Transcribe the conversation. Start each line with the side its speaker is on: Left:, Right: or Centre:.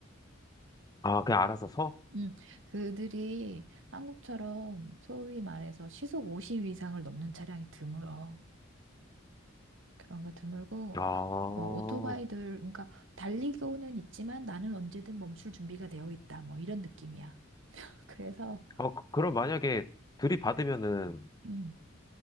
Left: <laughs> 아, 그냥 알아서 서?
Right: 음, 그들이 한국처럼 소위 말해서 시속 50 이상을 넘는 차량이 드물어. 그런 거 드물고
Left: 아, 어,
Right: 어, 오토바이들 그러니까 달리고는 있지만 나는 언제든 멈출 준비가 되어 있다. 뭐 이런 느낌이야. 그래서
Left: 그- 그럼 만약에 들이받으면은,
Right: 음,